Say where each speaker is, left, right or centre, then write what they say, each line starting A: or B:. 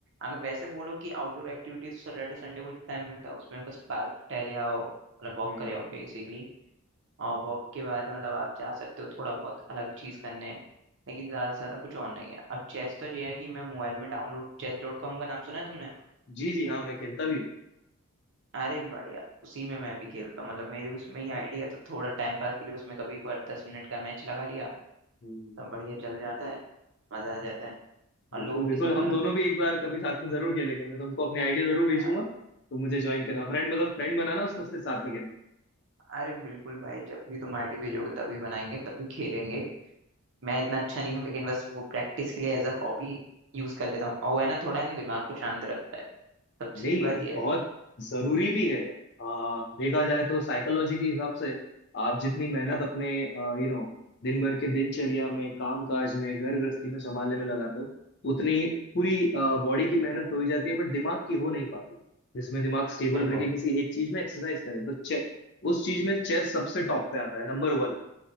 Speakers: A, on the right; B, on the left.
A: अगर वैसे बोलो कि आउटडोर एक्टिविटी तो सैटरडे संडे को जो टाइम मिलता है उसमें बस पार्क टहले आओ मतलब वॉक
B: हम्म
A: करे आओ बेसिकली और वॉक के बाद मतलब आप जा सकते हो थोड़ा बहुत अलग चीज़ करने लेकिन ज़्यादा से ज़्यादा कुछ और नहीं है अब चेस तो ये है कि मैं मोबाइल में डाउनलोड चेस डॉट कॉम का नाम सुना है तुमने
B: जी जी हाँ मैं खेलता भी हूँ
A: अरे बढ़िया उसी में मैं भी खेलता हूँ मतलब मेरी उसमें ही आइडिया तो थोड़ा टाइम पास के लिए उसमें कभी एक बार दस मिनट का मैच लगा लिया
B: हम्म,
A: तो बढ़िया चल जाता है मज़ा आ जाता है
B: बिल्कुल
A: और लोगों
B: बिल्कुल
A: के साथ
B: हम दोनों भी एक बार कभी साथ में जरूर खेलेंगे मैं तुमको अपने आइडिया जरूर भेजूंगा
A: मतलब
B: तुम मुझे ज्वाइन करना फ्रेंड मतलब फ्रेंड बनाना उसमें से साथ में
A: अरे बिल्कुल भाई जब भी तुम आईटी भेजोगे तभी बनाएंगे तभी खेलेंगे मैं इतना अच्छा नहीं हूँ लेकिन बस वो प्रैक्टिस के लिए एज अ हॉबी यूज कर लेता हूँ और वो है ना थोड़ा है ना दिमाग को शांत रखता है सबसे
B: नहीं
A: बड़ी बात ये
B: बहुत
A: है
B: जरूरी भी है आ, देखा जाए तो साइकोलॉजी के हिसाब से आप जितनी मेहनत अपने यू नो दिन भर के दिनचर्या में काम काज में घर गृहस्थी में संभालने में लगाते हो उतनी पूरी बॉडी की मेहनत तो हो ही जाती है बट दिमाग की हो नहीं पाती जिसमें दिमाग स्टेबल
A: बिल्कुल
B: रखे किसी एक चीज में एक्सरसाइज करे तो चे, उस चीज में चेस सबसे टॉप पे आता है नंबर वन